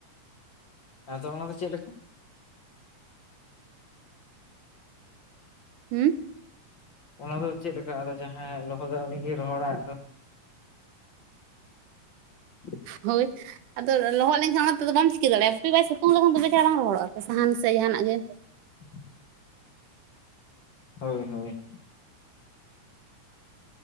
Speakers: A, on the left; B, on the right.
A: ᱟᱫᱚ ᱚᱱᱟᱫᱚ ᱪᱮᱫ ᱞᱮᱠᱟ᱾
B: ᱦᱩᱸ᱾
A: ᱚᱱᱟ ᱫᱚ ᱪᱮᱫ ᱞᱮᱠᱟ ᱟᱫᱚ ᱡᱟᱦᱟᱸᱭᱮ ᱞᱚᱦᱚᱫᱟ ᱩᱱᱤᱜᱮ ᱨᱚᱦᱚᱲᱟ ᱟᱫᱚᱼᱼ <unintelligible>
B: ᱦᱳᱭ ᱟᱫᱚ ᱞᱚᱦᱚᱫ ᱞᱮᱱᱠᱷᱟᱱ ᱚᱱᱟ ᱛᱮᱫᱚ ᱵᱟᱢ ᱪᱤᱠᱟᱹ ᱫᱟᱲᱮᱭᱟᱜᱼᱟ ᱦᱟᱯᱤ ᱵᱟᱭ ᱥᱤᱛᱩᱝ ᱞᱮᱠᱷᱟᱱ ᱫᱚ ᱛᱚᱵᱮ ᱪᱷᱟᱲᱟ ᱵᱟᱝ ᱨᱚᱦᱚᱲᱚᱜᱼᱟ ᱛᱚ ᱥᱟᱦᱟᱱ ᱥᱮ ᱡᱟᱦᱟᱱᱟᱜ ᱜᱮ
A: <inaudible> ᱦᱳᱭ ᱦᱳᱭ